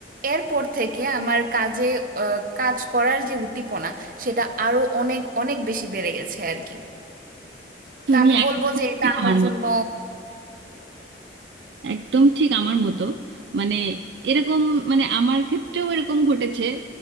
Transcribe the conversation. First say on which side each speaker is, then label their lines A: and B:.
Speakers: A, on the right; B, on the right.
A: এরপর থেকে আমার কাজে আহ, কাজ করার যে উদ্দীপনা সেটা আরো অনেক অনেক বেশি বেড়ে গেছে আর কি
B: তুমি
A: তো আমি
B: একদম
A: বলবো যে এটা
B: ঠিক
A: আমার
B: আমার
A: জন্য
B: মতো একদম ঠিক আমার মতো মানে এরকম মানে আমার ক্ষেত্রেও এরকম ঘটেছে